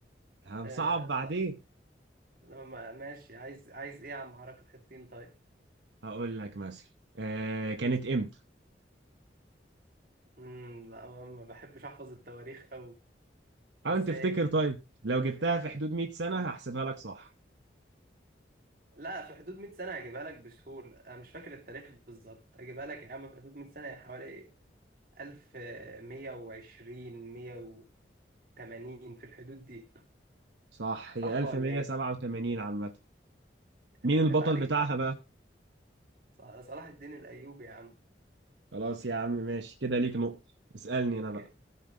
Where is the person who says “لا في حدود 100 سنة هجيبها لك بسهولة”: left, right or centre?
Right